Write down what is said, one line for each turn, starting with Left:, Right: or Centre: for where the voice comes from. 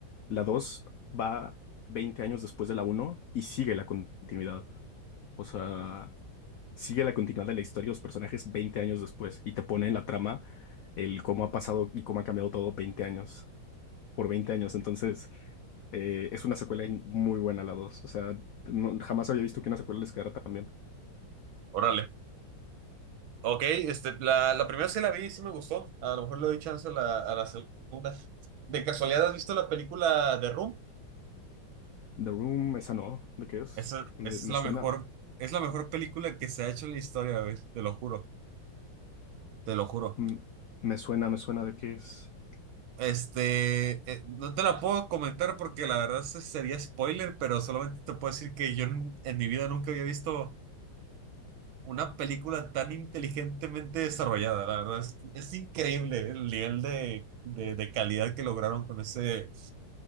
Left: la 2 va 20 años después de la uno y sigue la continuidad. O sea, sigue la continuidad de la historia y los personajes 20 años después y te pone en la trama el cómo ha pasado y cómo ha cambiado todo 20 años, por 20 años. Entonces, eh, es una secuela in- muy buena la dos O sea, no- jamás había visto que una secuela les quedara tan bien.
Right: Órale. Ok, este, la, la primera sí la vi, sí me gustó. A lo mejor le doy chance a la, a la segunda. ¿De casualidad has visto la película de Room?
Left: The Room, esa no. ¿De qué es?
Right: Esa, esa
Left: Me,
Right: es
Left: me
Right: la
Left: suena.
Right: mejor, es la mejor película que se ha hecho en la historia, güey, te lo juro, te lo juro.
Left: Mm, Me suena, me suena de qué es.
Right: Este, eh, no te la puedo comentar porque la verdad se- sería spoiler, pero solamente te puedo decir que yo en, en mi vida nunca había visto una película tan inteligentemente desarrollada, la verdad. Es, es increíble el nivel de, de, de calidad que lograron con ese,